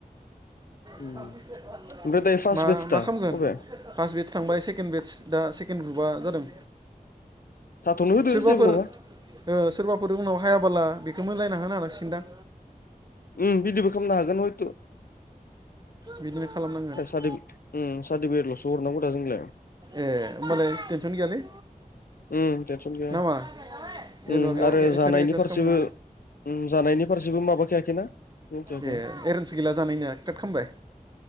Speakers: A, on the left; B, on the right.
A: ओमफ्राय
B: <unintelligible>
A: दायो फार्स्ट
B: मा
A: बेटस
B: मा
A: दा
B: खालामगोन
A: अबे
B: फार्स्ट बेटस थांबाय सेकेण्ड बेटस दा सेकेण्ड ग्रुपआ जादों
A: थाथ'नो होदो
B: सोरबाफोर
A: जेबो नङा
B: सोरबाफोर उनाव हायाबाला बेखौ मोनलायना ह होनो हाांसिगोनदां?
A: उम बिदिबो खालामनो हागोन हयथ'
B: बिदिनो खालामनांगोन
A: सारट सार्टिफिेट' हरनांगौ दा जोंलाय
B: ए होनोमबालाय स्टेन्स'नो गैयालै
A: उम टेनसन गैया
B: नामा जेनेबा
A: उम
B: बेयाव
A: आरो
B: इसोर
A: जानायनि
B: एडजास्ट
A: फारसेबो
B: खालामो
A: उम जानायनि फारसेबो माबाखायाखैना मिथियाखै
B: ए एरेन्ज गैला जानायनिया काट खालामबाय